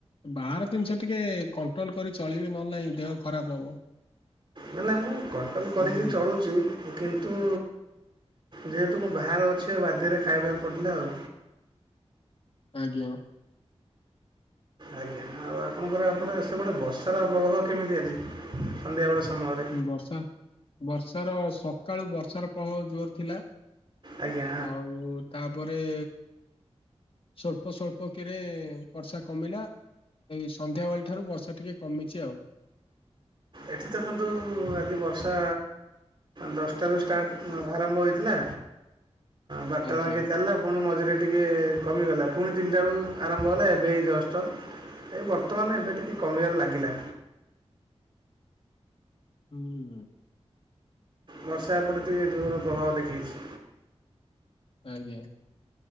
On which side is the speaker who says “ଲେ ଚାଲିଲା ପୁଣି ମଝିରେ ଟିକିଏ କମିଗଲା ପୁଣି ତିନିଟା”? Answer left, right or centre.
Right